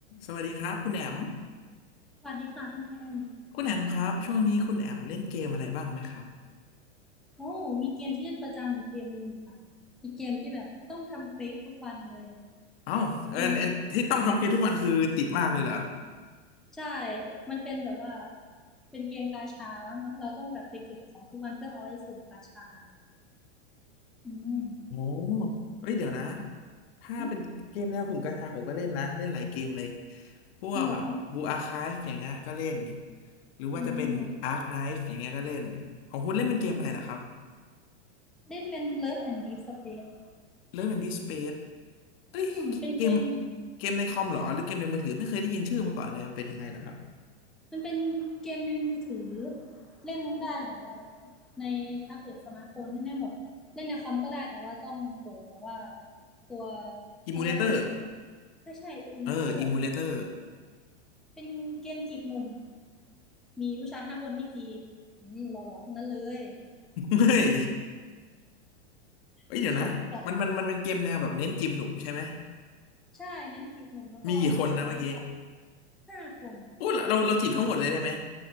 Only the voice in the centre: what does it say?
สวัสดีค่ะคุณแทน
โอ้มีเกมที่เล่นประจำอยู่เกมหนึ่งค่ะเป็นเกมที่แบบต้องทำเควสทุกวันเลย
เป็นใช่ มันเป็นแบบว่า เป็นเกมกาชาแล้วเราต้องแบบไปเก็บของทุกวันเพื่อเอาไว้สุ่มกาชา อืม
อืม
จริงเหรอ
อืมเล่นเป็น Love and Deep Space
อืมเป็นเกม
มันเป็นเกมในมือถือเล่นได้แบบว่าในแท็บเล็ตสมาร์ทโฟนเล่นได้หมดเล่นในคอมก็ได้แต่ว่าต้องโหลดแต่ว่าตัว
เขาเรียกว่าไงอะไม่ใช่อิมูเลเตอร์
เป็นเกมจีบหนุ่มมีผู้ชายห้าคนให้จีบอืมหล่อๆทั้งนั้นเลย
ไม่คิดแบบ
ใช่เน้นจีบหนุ่มแล้วก็อ่านเนื้อเรื่อง
ห้าคน